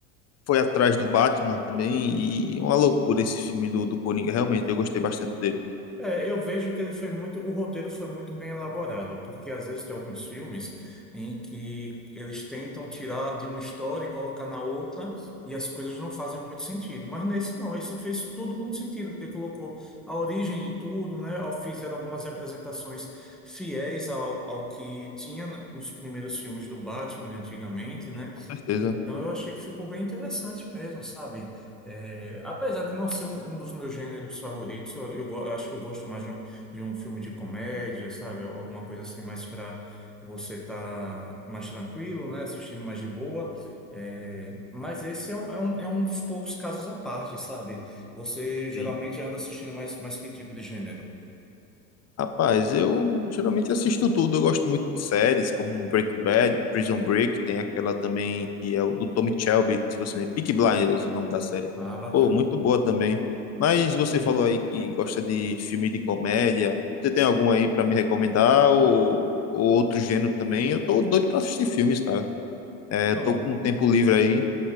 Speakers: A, on the left; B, in the centre.
A: foi atrás do Batman também, e é uma loucura esse filme do, do Coringa, realmente, eu gostei bastante dele,
B: É, eu vejo que ele foi muito, o roteiro foi muito bem elaborado, porque às vezes tem alguns filmes em que eles tentam tirar de uma história e colocar na outra, e as coisas não fazem muito sentido. Mas nesse não, esse fez tudo muito sentido, porque colocou a origem de tudo, né? ao- Fizeram algumas representações fiéis ao, ao que tinha nos primeiros filmes do Batman de antigamente, né?
A: com certeza.
B: Então eu achei que ficou bem interessante mesmo, sabe? É, apesar de não ser um, um dos meus gêneros favoritos, eu, eu go- eu acho que eu gosto mais de um, de um filme de comédia, sabe? Al- Alguma coisa assim, mais para você estar mais tranquilo, né? Assistindo mais de boa. É, mas esse é um, é um, é um dos poucos casos à parte, sabe? Você geralmente
A: Tem
B: anda assistindo mais, mais que tipo de gênero?
A: Rapaz, eu geralmente assisto tudo. Eu gosto muito de séries como Breaking Bad, Prison Break, tem aquela também que é o do Tommy Shelby, se você Peaky Blinders, o nome da série.
B: Ah, bacana.
A: Pô, muito boa também. Mas você falou aí que gosta de filme de comédia. Você tem algum aí pra me recomendar ou, ou outro gênero também? Eu tô doido pra assistir filmes, cara. É,
B: Então.
A: eu tô com um tempo livre aí.